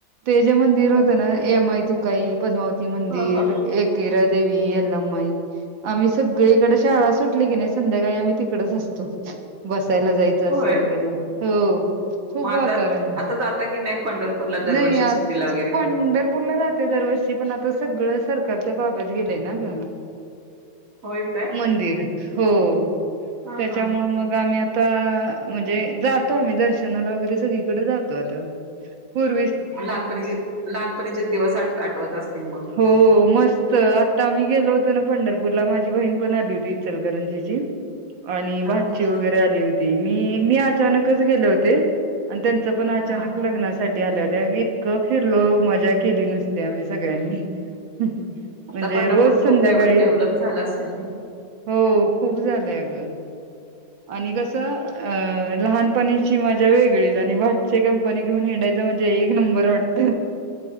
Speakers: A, on the right; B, on the right.
A: ते जे मंदिर
B: ह
A: होतं
B: ह
A: ना ए माय तुकाई पद्मावती मंदिर
B: ह ह
A: एकवीरा देवी यल्लमाई आम्ही सगळीकडे शाळा सुटली की नाही संध्याकाळी आम्ही तिकडच असतो बसायला जाय. असं
B: होय
A: वगैरे हो खूप
B: मग आता
A: वातावरण
B: आता जाता की नाही पंढरपूरला दरवर्षी
A: नाही आत
B: सुट्टीला वगैरे
A: पंढरपूरलं जात. ते दरवर्षी पण आता सगळं सरकारच्या ताब्यात गेलंय ना ग.
B: होय काय
A: मंदिर हो
B: हा
A: त्याच्यामूळ
B: हा
A: मग आम्ही आता म्हणजे जातो आम्ही दर्शनाला वगैरे सगळीकडे जातो आता पूर्
B: मग लहानपणीचे लहानपणीचे दिवस आ आठवत असतील मग
A: हो. मस्त आता आम्ही गेलो होतो ना पंढरपूरला माझी बहीण पण आली होती इचलकरंजीची आणि
B: हा
A: भाची
B: हा.
A: वगैरे आली होती मी मी अचानकच गेले होते. आणि त्यांचं पण अचानक
B: हा
A: लग्न अस. साठी आल्या हो त्या इतकं फिरलो मजा केली नुसते आम्ही सगळ्यांनी म्हणजे
B: आता पंढरपूर
A: रोज संध्याकाळी
B: खूप डेव्ह डेव्हलप झालं असेल नाही.
A: हो खूप झालंय अगं आणि कस. लहानपणीची मजा वेगळीच आणि भाचे कंपनी घेऊन हिंडायच म्हणजे एक नंबर वाटत.